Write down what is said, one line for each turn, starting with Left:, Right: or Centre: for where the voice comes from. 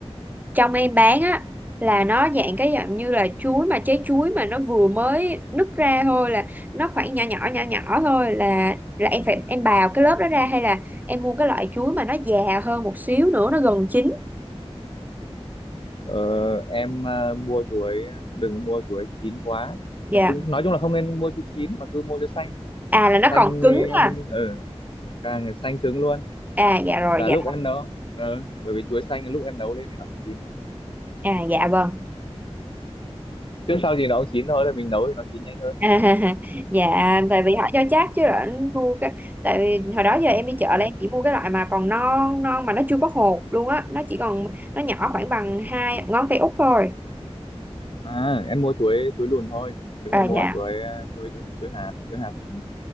Right: trong em bán á là nó dạng cái dạng như là chuối mà trái chuối mà nó vừa mới nứt ra thôi là nó khoảng nhỏ nhỏ nhỏ nhỏ thôi là là em phải em bào cái lớp đó ra hay là em mua cái loại chuối mà nó già hơn một xíu nữa nó gần chín
Left: ờ, em à, mua chuối đừng có mua chuối chín quá
Right: dạ
Left: Mà cũng nói chung là không nên mua chuối chín mà cứ mua chuối xanh
Right: à là nó
Left: xanh
Right: còn cứng ha
Left: ờ, càng xanh cứng luôn
Right: à dạ rồi
Left: là
Right: dạ
Left: lúc em nấu ừ, bởi vì chuối xanh lúc em nấu lên thì nó cũng chín mà
Right: à dạ vâng
Left: trước sau gì nó cũng chín thôi là mình nấu thì nó chín nhanh hơn
Right: À, <laughs> dạ tại vì họ cho chắc chứ là anh mua cái tại vì hồi đó giờ em đi chợ
Left: ừ.
Right: là em chỉ mua cái loại mà còn non non mà nó chưa có hột luôn á nó chỉ còn nó nhỏ khoảng bằng hai ngón tay út thôi
Left: à em mua chuối chuối lùn thôi đừng
Right: à
Left: có mua
Right: dạ
Left: chuối à, chuối chuối, chuối hạt chuối hạt ừ,